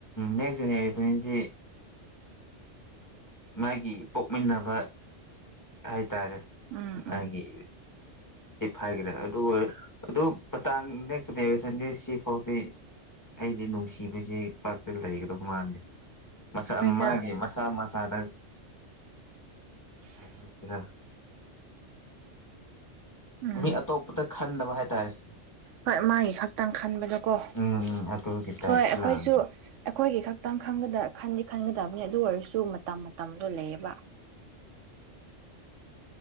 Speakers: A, on the left; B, on the right.
A: ꯅꯦꯛꯁ ꯖꯦꯅꯦꯔꯦꯁꯟꯁꯤ ꯃꯥꯒꯤ ꯄꯣꯛꯃꯤꯟꯅꯕ꯫ ꯍꯥꯏꯇꯥꯔꯦ
B: ꯎꯝ
A: ꯃꯥꯒꯤ꯫
B: ꯎꯝ
A: ꯍꯥꯏꯈ꯭ꯔꯦ ꯑꯗꯨ ꯑꯣꯏꯔ ꯑꯗꯨ ꯃꯇꯥꯡ ꯅꯦꯛꯁ ꯖꯦꯅꯦꯔꯦꯁꯟꯗꯤ ꯁꯤ ꯐꯥꯎꯗꯤ꯫ ꯑꯩꯗꯤ ꯅꯨꯡꯁꯤꯕꯁꯤ ꯄꯥꯛꯇꯤ ꯂꯩꯒꯗꯧ ꯃꯥꯟꯗꯦ ꯃꯆꯥ
B: ꯍꯣꯏꯗ
A: ꯃꯥꯒꯤ ꯃꯆꯥ ꯃꯆꯥꯗ
B: ꯏꯝ ꯫
A: ꯐꯥꯁꯔꯥ
B: ꯎꯝ
A: ꯃꯤ ꯑꯇꯣꯞꯄꯗ ꯈꯟꯗꯕ ꯍꯥꯏꯇꯥꯔꯦ꯫
B: ꯍꯣꯏ ꯃꯥꯒꯤ ꯈꯛꯇꯪ ꯈꯟꯕꯗꯀꯣ ꯎ
A: ꯎꯝ ꯑꯗꯨꯒꯤ ꯇꯥꯏꯞꯇ
B: ꯍꯣꯏ ꯑꯩꯈꯣꯏꯁꯨ
A: ꯂꯥꯛꯑꯒ
B: ꯑꯩꯈꯣꯏꯒꯤ ꯈꯛꯇꯪꯒ ꯈꯟꯗꯤ ꯈꯟꯒꯗꯕꯅꯤ ꯑꯗꯨ ꯑꯣꯏꯔꯁꯨ ꯃꯇꯝ ꯃꯇꯝꯗꯣ ꯂꯩꯌꯦꯕ꯫